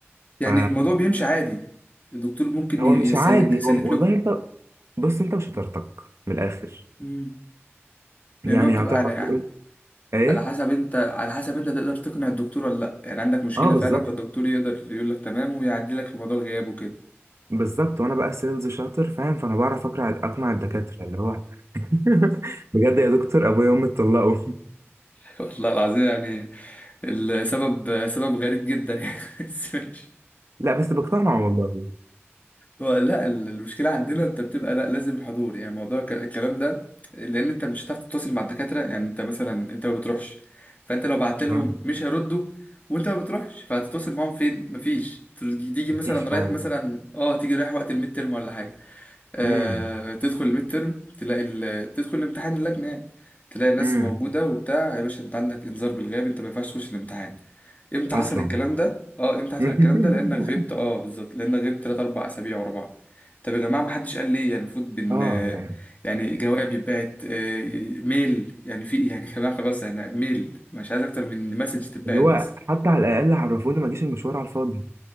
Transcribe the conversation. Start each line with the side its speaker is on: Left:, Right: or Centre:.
Left: يعني
Right: ف
Left: الموضوع بيمشي عادي الدكتور ممكن
Right: هو
Left: ي-
Right: مش
Left: يسلك
Right: عادي
Left: يسلك
Right: هو
Left: لكم
Right: والله انت بص انت وشطارتك من الاخر
Left: امم يعني
Right: يعني
Left: هو بتبقى
Right: هتعرف
Left: على
Right: تقول ايه
Left: على حسب انت على حسب انت تقدر تقنع الدكتور ولا لا يعني عندك مشكله
Right: اه بالظبط
Left: فعلا فالدكتور يقدر يقول لك تمام ويعدي لك في موضوع الغياب وكده
Right: بالظبط وانا بقى سيلز شاطر فاهم فانا بعرف اقنع اقنع الدكاتره اللي هو <laughs> بجد يا دكتور ابويا وامي اتطلقوا
Left: <laughs> والله العظيم يعني السبب سبب غريب جدا يعني <laughs> بس ماشي.
Right: <laughs> لا بس بقتنع والله
Left: هو لا ال- المشكلة عندنا انت بتبقى لا لازم الحضور يعني موضوع ك- الكلام ده لان انت مش هتعرف تتواصل مع الدكاترة يعني انت مثلا انت ما بتروحش فانت لو بعت لهم
Right: آه،
Left: مش هيردوا وانت ما بتروحش فهتتواصل معاهم فين مفيش تيجي
Right: مفيش
Left: مثلا
Right: فعلا
Left: رايح مثلا اه تيجي رايح وقت الميد ترم ولا حاجة آه،
Right: امم
Left: تدخل الميد ترم تلاقي ال... تدخل الامتحان اللجنة يعني تلاقي ناس
Right: إمم.
Left: موجودة وبتاع يا باشا انت عندك انذار بالغياب انت ما ينفعش تخش الامتحان امتى
Right: اصلا
Left: حصل الكلام ده اه امتى حصل
Right: <laughs>
Left: الكلام ده لانك غبت اه بالظبط لانك غبت 3 4 اسابيع ورا بعض طب يا جماعة ما حدش قال ليه يعني المفروض بن
Right: اه
Left: آه،
Right: يعني
Left: يعني جواب يتبعت آه، ميل يعني في يعني يا جماعة خلاص احنا ميل مش عايز اكتر من مسج تتبعت
Right: اللي هو
Left: بس
Right: حتى على الاقل عرفوني ما جيش المشوار على الفاضي